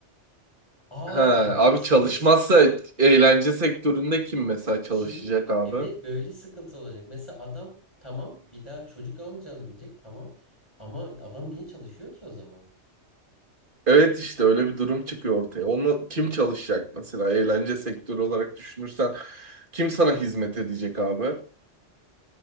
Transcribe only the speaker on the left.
Aa
evet
şöyle
Kim?
Evet böyle sıkıntı olacak. Mesela adam tamam bir daha çocuk olmayacağını bilecek tamam. Ama adam niye çalışıyor ki o zaman?